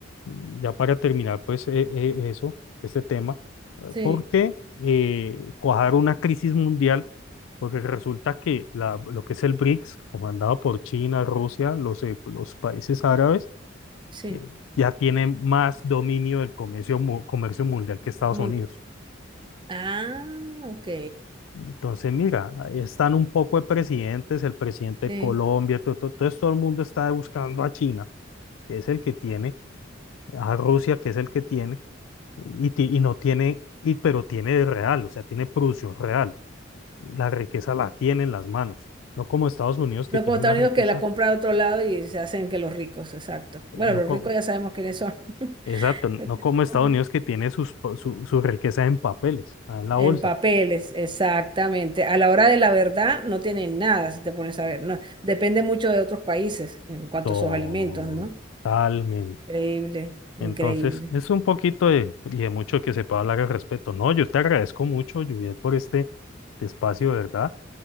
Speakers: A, on the left; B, on the right.
A: ya para terminar, pues e- e- eso, este tema, eh,
B: sí,
A: porque eh, cuajar una crisis mundial, porque resulta que la- lo que es el BRICS, comandado por China, Rusia, los, eh, los países árabes,
B: sí.
A: eh, ya tiene más dominio del comercio, mu- comercio mundial que Estados
B: Mun-
A: Unidos.
B: Ah, ok.
A: Entonces, mira, ahí están un poco de presidentes, el presidente
B: Sí.
A: de Colombia, todo, todo, entonces todo el mundo está buscando a China, que es el que tiene, a Rusia, que es el que tiene, y, ti- y no tiene, y, pero tiene de real, o sea, tiene producción real. La riqueza la tiene en las manos, no como Estados Unidos que
B: No
A: tiene
B: como Estados
A: la riqueza,
B: Unidos que la compra de otro lado y se hacen que los ricos, exacto.
A: eh,
B: Bueno,
A: no
B: los
A: como,
B: ricos ya sabemos quiénes son.
A: exacto,
B: <laughs>
A: no como Estados Unidos que tiene sus, po- su, su riqueza en papeles, ah, en la
B: En
A: bolsa.
B: papeles, exactamente. A la hora de la verdad no tienen nada, si te pones a ver. No, depende mucho de otros países en cuanto
A: Totalmente.
B: a sus alimentos, ¿no? Increíble, increíble.
A: Entonces, es un poquito de, y de mucho que se pueda hablar al respecto. No, yo te agradezco mucho, Juliet, por este espacio, de ¿verdad?